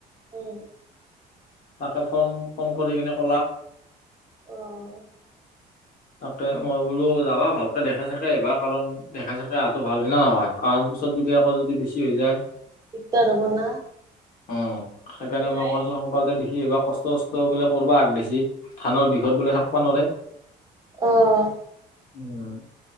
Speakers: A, on the right (about 20°); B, on the left (about 55°).
A: উম
B: তাকে ফৰ্ম ফৰ্ম কৰি কিনে ক'লাক।
A: অ'
B: তাকে মই বোলো যাবা ভালকে দেখে চাকে আহবা কাৰণ দেখে চাকে অহাটো ভাল হৈ না নহয়। কাৰণ পিছত যদি আকৌ যদি বেছি হৈ যায়।
A: দিগদাৰ হব না।
B: উম সেইকাৰণে
A: মায়ে
B: মই কৈছো সোনকালতে দেখি এইবাৰ কষ্ট চষ্ট বোলে কবা হাগ দিছি থানৰ বিষত বোলে থাকিবা নোৱাৰে
A: আহ,
B: উম,